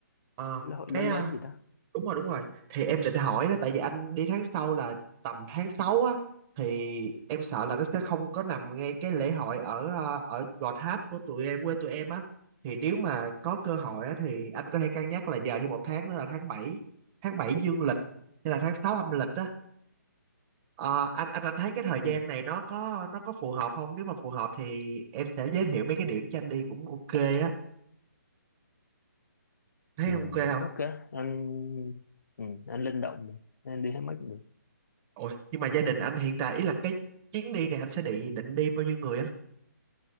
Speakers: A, on the right (about 20°); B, on the left (about 70°).
A: ờ
B: cái lễ hội
A: cái
B: lớn
A: à,
B: lớn gì đó.
A: đúng rồi đúng rồi thì em định hỏi đó tại vì anh đi tháng sau là tầm tháng 6 á thì em sợ là nó sẽ không có nằm ngay cái lễ hội ở à, ở Gò Tháp của tụi em quê tụi em á thì nếu mà có cơ hội á thì anh có thể cân nhắc là giờ thì một tháng nữa là tháng bảy tháng 7 dương lịch hay là tháng 6 âm lịch á Ờ, anh anh anh thấy cái thời gian
B: Ừ,
A: này nó có nó có phù hợp không? Nếu mà phù hợp thì em sẽ giới thiệu mấy cái điểm cho anh đi cũng ok á. Thấy
B: ừ,
A: ok không?
B: ok, anh ừ, anh linh động mà, anh đi tháng mấy cũng được.
A: Ôi, nhưng mà gia đình anh hiện tại ý là cái chuyến đi này anh sẽ định định đi bao nhiêu người á?